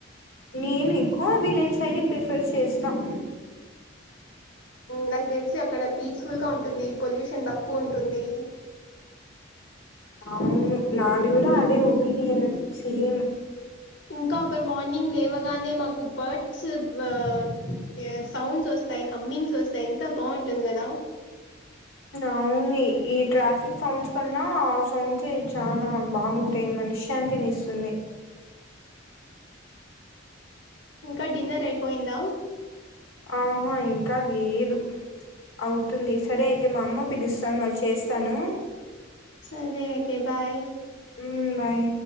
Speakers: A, on the left; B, on the left.
A: నేను ఎక్కువ విలేజ్ సైడే ప్రిఫర్ చేస్తాం
B: నాకు తెలిసి అక్కడ పీస్ఫుల్ గా ఉంటుంది పొల్యూషన్క్ ఎక్కువ ఉంటుంది
A: వు నాది కూడా అదే ఒపీనియన్ సేమ్
B: అగ మార్నింగ్ లేవల్ గానే మాకు బర్డ్స్ ఆ సౌండ్స్ వస్తాయి హమ్మింగ్స్ వస్తాయి ఎంత బాగుంటుంది కదా
A: అవును ఈ ట్రాఫిక్ సౌండ్స్ కన్నా ఆ సౌండ్స్ చాలా బాగుంటాయి మనశ్శాంతిని ఇస్తుంది
B: ఇంకా డిన్నర్ అయిపోయిందా
A: ఆహా ఇంకా లేదు అవుతుంది సరే అయితే మా అమ్మ పిలుస్తాను మళ్ళీ చేస్తాను
B: సరే అయితే బాయ్
A: ఉ బాయ్